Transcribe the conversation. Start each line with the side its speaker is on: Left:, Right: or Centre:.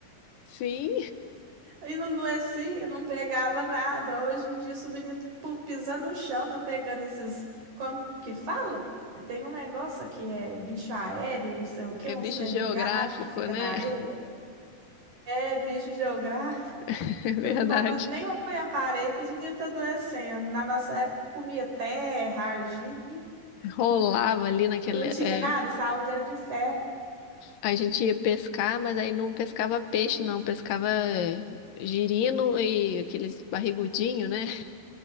Left: Sim,
Right: E não doecia, não pegava nada. Hoje em dia, subindo, pisando no chão, tá pegando esses. Como que fala? Tem um negócio que é bicho aéreo, não sei o quê,
Left: é
Right: uns
Left: bicho
Right: trem
Left: geográfico,
Right: do gato que fica
Left: né?
Right: na areia. É, bicho geográfico.
Left: <laughs> É verdade.
Right: Você Não pode pis- nem olhar para a areia que os meninos tá adoecendo. Na nossa época, comia terra, argila,
Left: Rolava ali naquele.
Right: não tinha
Left: É.
Right: nada, saúde era de ferro.
Left: A gente ia pescar, mas aí não pescava peixe,
Right: Ah,
Left: não. Pescava eh, girino e aqueles barrigudinhos, né?